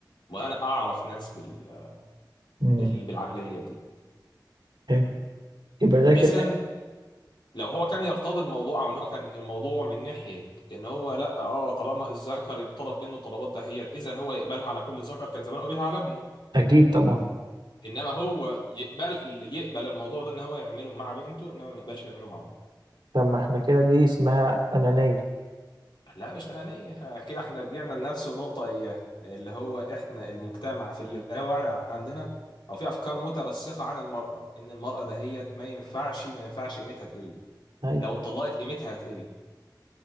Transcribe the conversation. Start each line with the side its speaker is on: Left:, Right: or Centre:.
Left: وانا اعرف ناس بال...
Right: امم
Left: بال... بالعقلية دي
Right: حلو يبقى ده كده
Left: اذا لو هو كان يرتضي الموضوع او ان هو كان الموضوع من ناحيه ان هو لا اه طالما الذكر يطلب منه الطلبات دهيت اذا هو يقبلها على كل ذكر كان زمان بيها على ابنه
Right: اكيد طبعا
Left: انما هو يقبل يقبل الموضوع ده ان هو يعمله مع بنته انما ما يقبلش يعمله مع ابنه
Right: طب ما احنا كده دي اسمها انانية
Left: لا مش انانيه كده احنا رجعنا لنفس النقطه اياها اللي هو احنا المجتمع في اللاوعي عندنا او في افكار مترسخه عن المراه ان المراه دهيت ما ينفعش ما ينفعش قيمتها تقل
Right: ايوه
Left: لو اتطلقت قيمتها هتقل